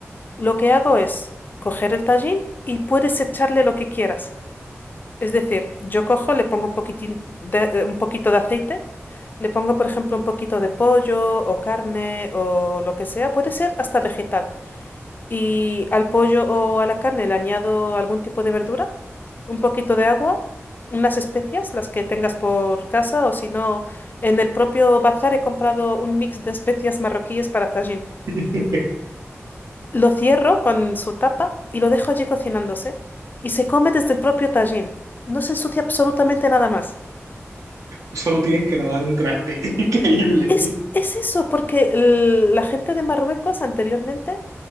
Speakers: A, on the left; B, on the right.
A: Lo que hago es coger el tajín y puedes echarle lo que quieras. Es decir, yo cojo, le pongo un poquitín de, eh, un poquito de aceite, le pongo, por ejemplo, un poquito de pollo o carne o lo que sea, puede ser hasta vegetal. Y al pollo o a la carne le añado algún tipo de verdura, un poquito de agua, unas especias, las que tengas por casa, o si no, en el propio bazar he comprado un mix de especias marroquíes para tajín.
B: <laughs>
A: Lo cierro con su tapa y lo dejo allí cocinándose. Y se come desde el propio tajín. No se ensucia absolutamente nada más.
B: Solo tienes que lavar un traste <laughs> increíble
A: Es, es eso, porque el- la gente de Marruecos anteriormente,